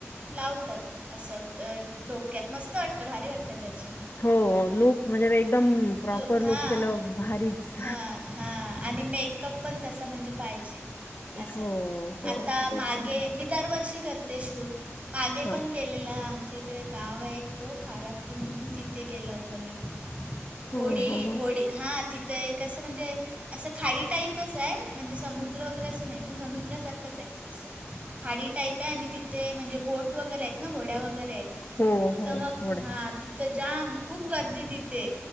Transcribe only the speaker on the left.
हो, लुक म्हणजे एकदम, प्रॉपर
लुक केल्यावर भारीच.
हो हो
ते
पण आहे
ह
हो
हो
हो हो हो
होड